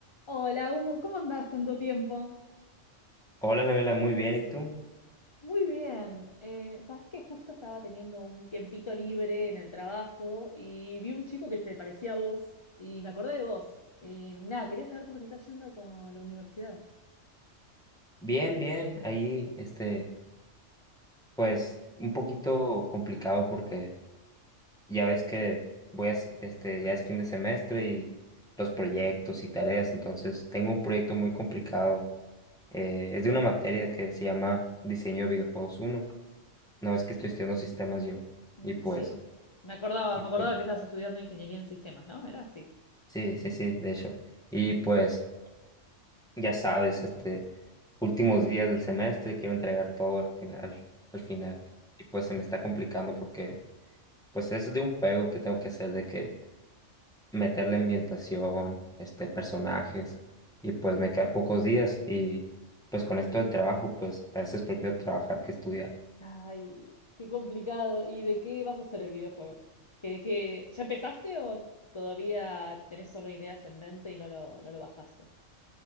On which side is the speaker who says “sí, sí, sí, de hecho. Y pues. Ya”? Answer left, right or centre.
Centre